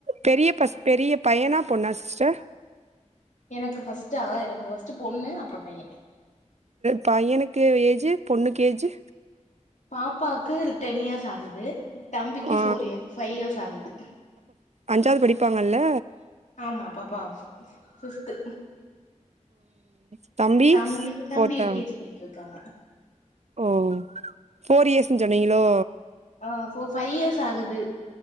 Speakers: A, on the right (about 60°); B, on the left (about 75°).
A: பெரிய பஸ் பெரிய பையனா பொண்ணா சிஸ்டர்
B: எனக்கு ஃபர்ஸ்டா எனக்கு ஒஸ்ட்டு பொண்ணு அப்றொ பைய
A: பையனுக்கு ஏஜு பொண்ணுக்கு ஏஜு
B: பாப்பாக்கு ரு டென் இயர்ஸ் ஆகுது தம்பிக்கு
A: ஆ
B: ஃபோர் இயர்ஸ் ஃபை இயர்ஸ் ஆகுது
A: அஞ்சாது படிப்பாங்கல்ல
B: ஆமா பாப்பா ஃபிஃப்த்து
A: ம்
B: தம்பி தம்பி
A: ஃபோர்த்தா
B: யு கே ஜி போயிட்ருக் கா
A: ஓ ஃபோர் இயர்ஸுன் சொன்னீங்களோ
B: ஆ ஃபோ ஃபை இயர்ஸ் ஆகு து